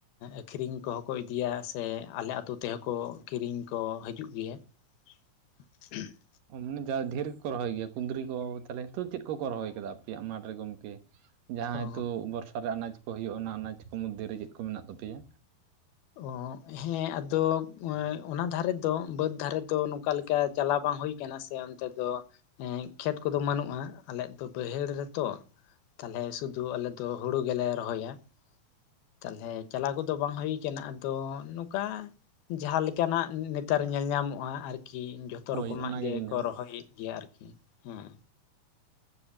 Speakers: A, on the left (about 80°); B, on the right (about 70°).
A: ᱟᱹᱠᱷᱨᱤᱧ ᱠᱚᱦᱚᱸ ᱠᱚ ᱤᱫᱤᱭᱟ ᱥᱮ ᱟᱞᱮ ᱟᱛᱳ ᱛᱮᱦᱚᱸ ᱠᱚ ᱠᱤᱨᱤᱧ ᱠᱚ ᱦᱟᱹᱡᱩᱜ ᱜᱮᱭᱟ᱾
B: <inaudible>
A: <inaudible>
B: ᱮᱢᱱᱤ ᱡᱟ ᱰᱷᱮᱨ ᱜᱮᱠᱚ ᱨᱚᱦᱚᱭ ᱜᱮᱭᱟ ᱠᱩᱸᱫᱽᱨᱤ ᱠᱚ ᱛᱟᱦᱞᱮ ᱱᱤᱛᱩ ᱪᱮᱫ ᱠᱚᱠᱚ ᱨᱚᱦᱚᱭ ᱠᱮᱫᱟ ᱟᱯᱮᱭᱟᱜ ᱢᱟᱴ ᱨᱮ ᱜᱚᱢᱠᱮ? ᱡᱟᱦᱟᱸ
A: ᱚ
B: ᱛᱳᱜ ᱵᱚᱨᱥᱚ ᱨᱮ ᱟᱱᱟᱡᱽ ᱠᱚ ᱦᱩᱭᱩᱜ-ᱟ ᱚᱱᱟ ᱟᱱᱟᱡᱽ ᱠᱚ ᱢᱩᱫᱽᱫᱷᱮ ᱨᱮ ᱪᱮᱫ ᱠᱚ ᱢᱮᱱᱟᱜ ᱛᱟᱯᱮᱭᱟ?
A: ᱚ ᱦᱮᱸ ᱟᱫᱚ ᱚᱱᱟ ᱫᱷᱟᱨᱮ ᱫᱚ ᱵᱟᱹᱫᱽ ᱫᱷᱟᱨᱮ ᱫᱚ ᱱᱚᱠᱟ ᱞᱮᱠᱟ ᱪᱟᱞᱟᱣ ᱵᱟᱝ ᱦᱩᱭ ᱟᱠᱟᱱᱟ ᱥᱮ ᱚᱱᱛᱮ ᱫᱚ ᱦᱮᱸ ᱠᱷᱮᱛ ᱠᱚᱫᱚ ᱵᱟᱹᱱᱩᱜ-ᱟ ᱟᱞᱮᱭᱟᱜ ᱫᱚ ᱵᱟᱹᱭᱦᱟᱹᱲ ᱨᱮᱛᱚ᱾ ᱛᱟᱞᱦᱮ ᱥᱩᱫᱩ ᱟᱞᱮ ᱫᱚ ᱦᱩᱲᱩ ᱜᱮᱞᱮ ᱨᱚᱦᱚᱭᱟ᱾ ᱛᱟᱞᱦᱮ ᱪᱟᱞᱟᱣ ᱠᱚᱫᱚ ᱵᱟᱝ ᱦᱩᱭ ᱤᱱᱠᱟᱹ ᱱᱟᱜ ᱟᱫᱚ ᱱᱚᱠᱟ ᱡᱟᱦᱟᱸ ᱞᱮᱠᱟᱱᱟᱜ ᱱᱮᱛᱟᱨ ᱧᱮᱞ ᱧᱟᱢᱚᱜ-ᱟ ᱟᱨ ᱠᱤ ᱡᱷᱚ ᱛᱚ
B: ᱦᱳᱭ
A: ᱨᱚᱠᱚᱢᱟᱜ
B: ᱚᱱᱟᱜᱮ
A: ᱜᱮ
B: ᱧᱮᱞᱧᱟᱢᱚᱜᱼᱟ
A: ᱠᱚ ᱨᱚᱦᱚᱭᱮᱫ ᱜᱮᱭᱟ ᱟᱨ ᱠᱤ ᱦᱮᱸ᱾